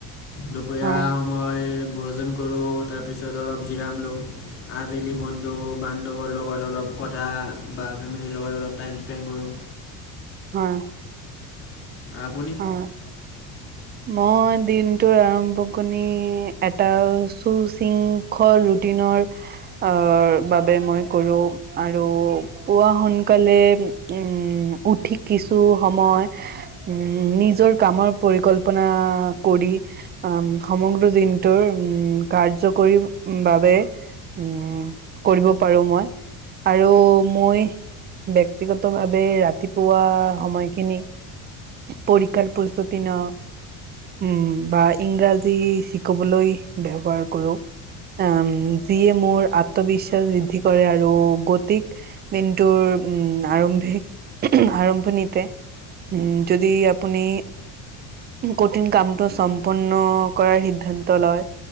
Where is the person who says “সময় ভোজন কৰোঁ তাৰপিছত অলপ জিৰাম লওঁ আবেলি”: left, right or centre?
Left